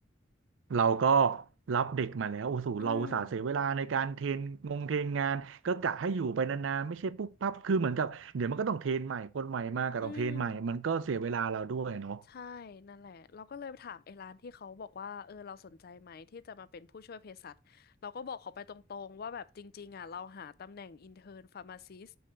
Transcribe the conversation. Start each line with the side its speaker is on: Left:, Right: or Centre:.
Right: ๆเราก็รับเด็กมาแล้วโอ้โหเราอุตส่าห์เสียเวลาในการเทรนงงเทรนงานก็กะให้อยู่ไปนานๆไม่ใช่ปุ๊บปั๊บคือเหมือนกับเดี๋ยวมันก็ต้องเทรนใหม่คนใหม่มาก็ต้องเทรนใหม่มันก็เสียเวลาเราด้วยเนาะ
Left: อืมอืม ใช่นั่นแหละเราก็เลยไปถามไอ้ร้านที่เขาบอกว่าเออเราสนใจไหมที่จะมาเป็นผู้ช่วยเภสัชเราก็บอกเขาไปตรงๆว่าแบบจริงๆอ่ะเราหาตำแหน่งอินเท n p h นฟาร์มาซิส